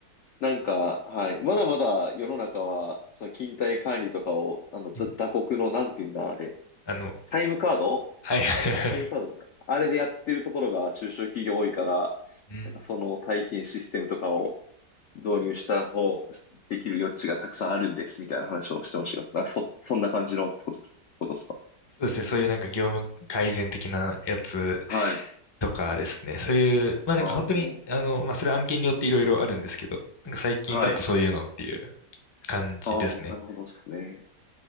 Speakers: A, on the left; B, on the left.
A: なんか、はい。まだまだ世の中は、その勤怠管理とかを、あの、だ打刻の、
B: うん
A: なんて言うんだ、あれ。
B: あの、
A: タイムカード
B: はいはいはい。
A: タイムカードだあれでやってるところが中小企業多いから、
B: うん。
A: なんかその退勤システムとかを導入した方、できる余地がたくさんあるんです、みたいな話をしてましたが、なんかそ、そんな感じのことです、ことですか
B: そうですね。そういうなんか業務改善的なやつ
A: はい。
B: とかですね。そういう、まあなんか本当に、
A: ああ、
B: あの、まあそれ案件によっていろいろあるんですけど、なんか最近だとそういうのっていう
A: はい。
B: 感じですね。
A: ああ、なるほどですね。